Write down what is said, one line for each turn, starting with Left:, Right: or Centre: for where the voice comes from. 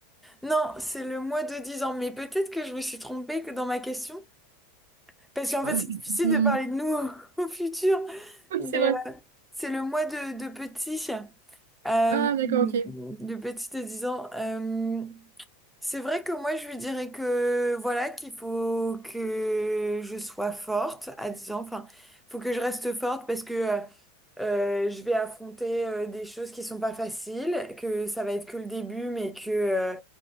Centre: non, c'est le mois de dix ans, mais peut-être que je me suis trompée que dans ma question. Parce qu'en
Right: Euh,
Centre: fait, c'est difficile
Right: je-
Centre: de parler de nous <laughs> au, au futur,
Right: <laughs> Oui,
Centre: mais
Right: c'est vrai.
Centre: euh, c'est le moi de, de petit, euh,
Right: Ah,
Centre: de
Right: d'accord, ok.
Centre: petit de 10 ans. Euh, c'est vrai que moi, je lui dirais que voilà, qu'il faut que je sois forte à 10 ans. Enfin, faut que je reste forte parce que euh, euh, je vais affronter euh, des choses qui sont pas faciles, que ça va être que le début, mais que euh,